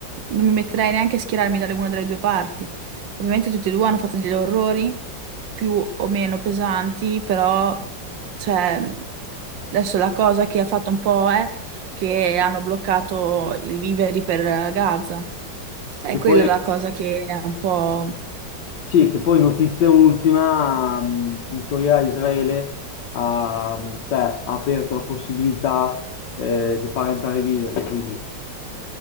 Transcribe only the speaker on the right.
non mi metterei neanche a schierarmi dalle una delle due parti. Ovviamente tutti e due hanno fatto degli orrori più o meno pesanti, però... Cioè, adesso la cosa che ha fatto un po' è... che hanno bloccato i viveri per Gaza. E
quella è la cosa che è un po'...